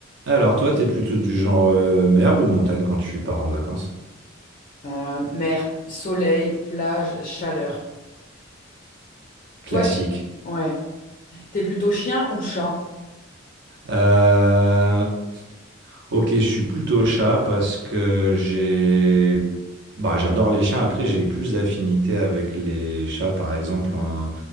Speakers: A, on the right; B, on the left.
A: Alors, toi, t'es plutôt du genre euh, mer ou montagne quand tu pars en vacances?
B: Euh, mer, soleil, plage, chaleur.
A: Classique.
B: Toi, t- ouais, t'es plutôt chien ou chat?
A: Euh, Ok, je suis plutôt chat parce que j'ai, bah, j'adore les chiens. Après, j'ai eu plus d'affinité avec les chats, par exemple en,